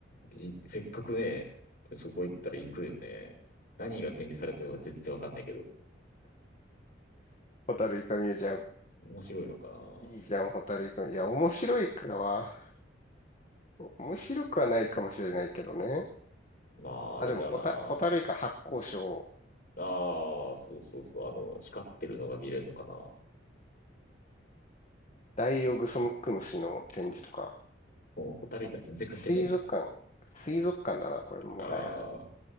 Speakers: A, on the left; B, on the left.
A: いせっかくね、そこ行ったら行くよね。何が展示されてるのか全然わかんないけど。
B: ホタルイカミュージアム。
A: 面白いのかな
B: いいじゃん、ホタルイカ。いや、面白いかは、面白くはないかもしれないけどね。
A: まあ、あれだな。
B: あ、でもホタ、ホタルイカ発光ショー、
A: ああ、そうそうそう。あの、光ってるのが見れるのかな
B: ダイオウグソクムシの展示とか。
A: もう、ホタルイカ全然関係ないじゃん。
B: 水族館。水族館だな、これ、もはや。
A: ああ。